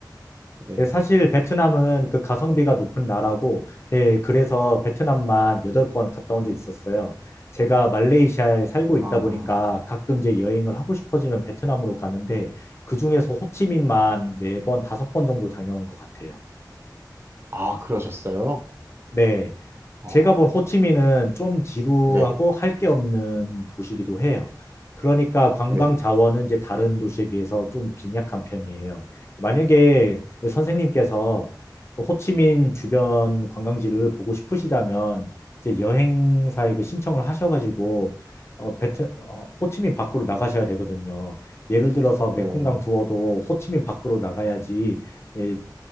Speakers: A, on the right; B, on the left.
A: 네.
B: 예, 사실 베트남은 그 가성비가 높은 나라고, 예, 그래서 베트남만 여덟 번 갔다 온 적 있었어요. 제가 말레이시아에 살고 있다
A: 아,
B: 보니까 가끔 이제 여행을 하고 싶어지면 베트남으로 가는데, 그중에서 호치민만 네 번, 다섯 번 정도 다녀온 것 같아요.
A: 아, 그러셨어요?
B: 네.
A: 아,
B: 제가 본 호치민은 좀 지루하고
A: 네,
B: 할 게 없는 도시이기도 해요. 그러니까 관광
A: 네,
B: 자원은 이제 다른 도시에 비해서 좀 빈약한 편이에요. 만약에 선생님께서 호치민 주변 관광지를 보고 싶으시다면 이제 여행사에 그 신청을 하셔가지고 어, 베트, 어, 호치민 밖으로 나가셔야 되거든요. 예를 들어서
A: 네,
B: 메콩강 투어도 호치민 밖으로 나가야지 예,